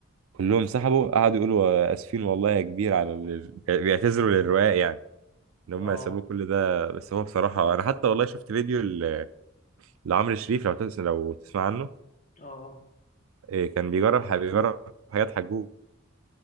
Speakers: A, on the right; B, on the left.
A: كلهم سحبوا قعدوا يقولوا آه، اسفين والله يا كبير على اللي بيعتذروا للرقاق يعني ان هم
B: آه
A: يسابوه كل ده بس هو بصراحه انا حتى والله شفت فيديو ل- لعمرو شريف لو تس... لو تسمع عنه
B: آه آه
A: إيه، كان بيجرب ح- بيجرب حاجات حجوجه